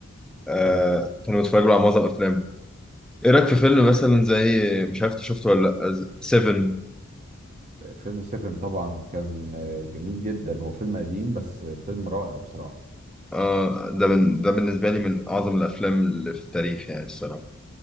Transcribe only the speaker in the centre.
آه
كانوا بتفرج له على معظم افلامه ايه رأيك في فيلم مثلا زي مش عارف انت شفته ولا لا سيفن
اه ده من ده بالنسبة لي من اعظم الافلام اللي في التاريخ يعني الصراحة